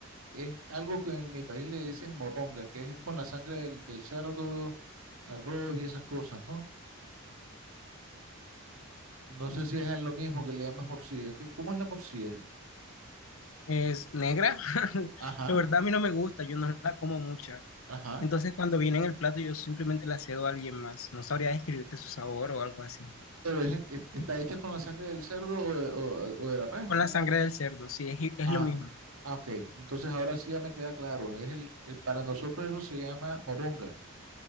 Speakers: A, on the right; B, on the left.
A: es algo que en mi país le dicen moronga, que es con la sangre del, del cerdo, arroz y esas cosas, ¿no? No sé si es lo mismo que le llamas morcilla. ¿Qué- ¿Cómo es la morcilla?
B: Es negra, <laughs>
A: Ajá,
B: la verdad a mí no me gusta, yo no la como mucha.
A: ajá.
B: Entonces cuando viene en el plato yo simplemente la cedo a alguien más. No sabría describirte su sabor o algo así.
A: Pero es que que está hecha con la sangre del cerdo o de, o- o de la res,
B: Con
A: ¿no?
B: la sangre del cerdo, sí, es, i- es
A: Ajá.
B: lo mismo.
A: Ah, ok. Entonces ahora sí ya me queda claro. Es el, eh, para nosotros eso se llama moronga.